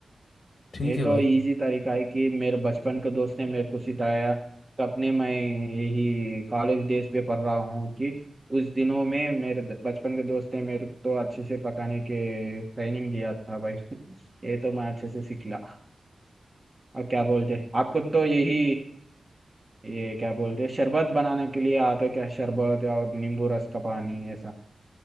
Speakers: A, on the left; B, on the right.
A: ठीक
B: ये
A: है
B: तो
A: भाई
B: इजी तरीका है कि मेरे बचपन के दोस्त ने मेरे को सिखाया तो अपने मैं यही कॉलेज डेज पे पढ़ रहा हूँ कि उस दिनों में मेरे द- बचपन के दोस्त ने मेरे को तो अच्छे से पकाने के ट्रेनिंग दिया था भाई <laughs> ये तो मैं अच्छे से सीख लिया और क्या बोलते आपको तो यही ये क्या बोलते हैं शरबत बनाने के लिए आते क्या शरबत और नींबू रस का पानी ऐसा